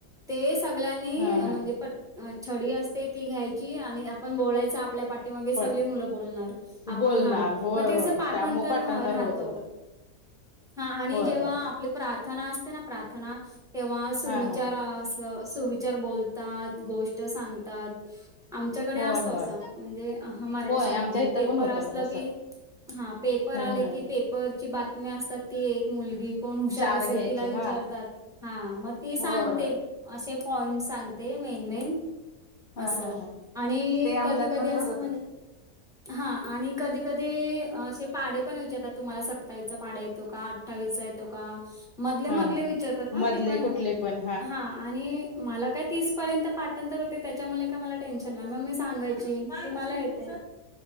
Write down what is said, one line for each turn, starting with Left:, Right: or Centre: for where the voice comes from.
Centre: ते सगळ्यांनी
Left: हा
Centre: म्हणजे
Left: हा
Centre: प छडी असते ती घ्यायची आणि बोलायचा आपल्या पाठीमागे सगळी
Left: पड
Centre: मुलं बोलणार. आपण
Left: बोलणार
Centre: हा,
Left: होय
Centre: मग ते
Left: होय
Centre: कसं पाठांतर
Left: त्यामुळे
Centre: राहत.
Left: होत होतं
Centre: हा आणि
Left: होय
Centre: जेव्हा
Left: होय
Centre: आपली प्रार्थना असते ना प्रार्थना तेव्हा सुविचार
Left: हा हा
Centre: सुविचार बोलतात गोष्ट सांगतात आमच्या असतो
Left: होय होय
Centre: अस म्हणजे मराठी
Left: होय
Centre: शाळेमध्ये
Left: आमच्या इथं
Centre: पेपर
Left: पण होतं
Centre: असल
Left: तसं
Centre: की हा पेपर
Left: ह
Centre: आले
Left: ह
Centre: की पेपरची बातमी असतात ती एक मुलगी कोण हुशार
Left: चार
Centre: असेल
Left: घ्यायचं
Centre: तिला विचारतात,
Left: हा
Centre: हा मग ती सांगते.
Left: होय होय
Centre: असे पॉइंट सांगते मेन मेन.
Left: हा
Centre: असं.
Left: हा हा!
Centre: आणि
Left: ते आमच्यात
Centre: कधी कधी
Left: पण
Centre: असं
Left: तसच
Centre: म्हणजे, हा आणि कधी कधी असे पाडे पण विचारतात तुम्हाला सत्तावीस चा पाढा येतो का अठ्ठावीसचा येतो का? मधले मधले
Left: हा हा
Centre: विचारतात हा
Left: मधले
Centre: ते पण
Left: कुठले पण
Centre: हा. आणि मला काय तीस पर्यंत पाटांतर होते त्याच्यामुळे का मला काय टेन्शन नाही मग मी सांगायची की मला येतंय